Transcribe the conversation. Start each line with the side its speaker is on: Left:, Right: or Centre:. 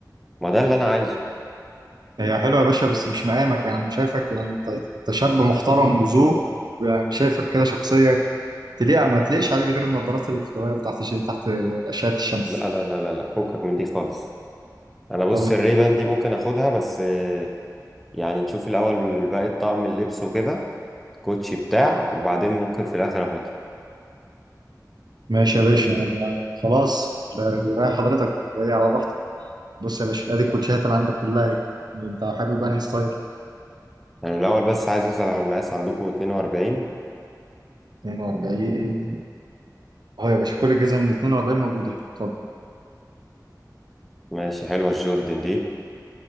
Centre: ما ده اللي انا عايزه
Right: هي حلوه يا باشا بس مش مقامك يعني انا شايفك يعني انت انت شاب محترم وذوق يعني شايفك كده شخصيه تليق ما تليقش عليك غير النظارات اللي بتتغير تحت ش- تحت اشعه الشمس
Centre: لا لا لا لا لا فكك من دي خالص انا بص
Right: طب
Centre: الري بان دي ممكن اخدها بس آه، يعني نشوف الاول باقي طقم اللبس وكده كوتشي بتاع وبعدين ممكن في الاخر اخدها
Right: ماشي يا باشا يعني خلاص لا- رايح حضرتك أنا جاي على راحتك بص يا باشا ادي الكوتشيهات اللي عندك كلها اهي انت حابب انهي ستايل
Centre: يعني الاول بس عايز اسأل على المقاس عندكم 42
Right: 42 اهو يا باشا كل الجزم من 42 موجوده اتفضل
Centre: ماشي حلوة الجوردن دي